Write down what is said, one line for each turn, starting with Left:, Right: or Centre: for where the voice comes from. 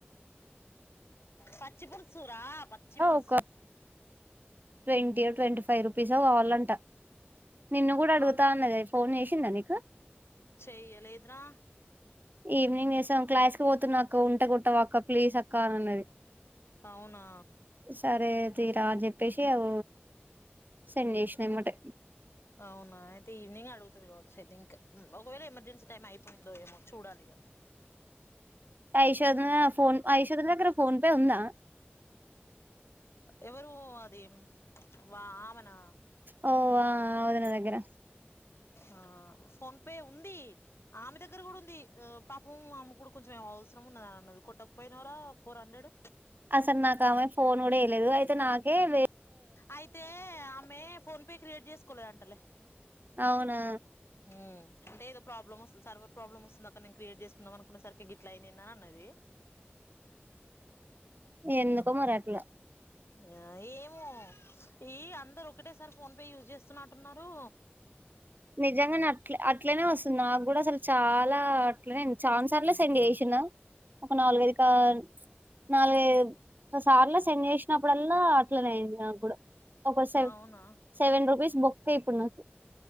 Left: పచ్చిపుులుసు రా పచ్చిపుులుసు
Right: ఒక ట్వంటీ ట్వంటీ ఫైవ్ రూపీస్ కావాలంట నిన్ను కూడా అడుగుతా
Left: ఆ
Right: అన్నదే ఫోన్ చేసిందా నీకు
Left: చెయ్యలేదు రా
Right: ఈవినింగ్ చేసాం క్లాస్ క పోతున్నా అక్క ఉంట కొట్టావా అక్క ప్లీజ్ అక్క అ అన్నది
Left: అవునా
Right: సరే తీరా అని చెప్పేసి అవ సెండ్ చేసిన ఎమ్మటే
Left: అవునా అయితే ఈవినింగ్ అడుగుతది కావచ్చు ఐ తింక్ ఒకవేళ ఎమర్జెన్సీ టైం అయిపోయిందో ఏమో చూడాలి ఇగ
Right: యశోద ఫోన్ అ యశోద దగ్గర ఫోన్ పే ఉందా
Left: ఎవరు అది వా ఆమనా
Right: ఓ అ వుంది నా దగ్గర
Left: ఆ ఫోన్ పే ఉంది ఆమె దగ్గర కూడా ఉంది ఆ పాపము ఆమెకు కూడా కొంచెం అవసరం ఉన్నది అన్నది కొట్టక పోయినవురా ఫోర్ హండ్రెడ్
Right: అసలు నాకు ఆమె ఫోన్ కూడా చేయలేదు అయితే నాకే వే
Left: అయితే ఆమె ఫోన్ పే క్రియేట్ చేసుకోలేదు అంటలే
Right: అవునా
Left: మ్ అంటే ఏదో ప్రాబ్లమ్ వ స్తుంది సర్వర్ ప్రాబ్లమ్ వస్తుంది అక్క నేను క్రియేట్ చేసుకుందాం అనుకునే సరికి గిట్లా అయింది ఏంది అని అన్నది
Right: ఎందుకో మరి అట్లా
Left: ఆ ఏమో ఈ అందరు ఒకటేసారి ఫోన్ పే యూజ్ చేస్తున్నటున్నరు
Right: నిజంగానే అట్ల అట్లనే వస్తుంది నాకు కూడా అసలు చాలా అట్లనే చాన సా ర్లు సెండ్ చేసిన ఒక నాలుగు ఐదు కా నాలుగు ఐదు సార్ల సెండ్ చేసి నప్పుడల్ల అట్లనే అయింది నాకు కూడా ఒక సెవె
Left: అవునా
Right: సెవెన్ రూపీస్ బొ క్క ఇప్పుడు నాకు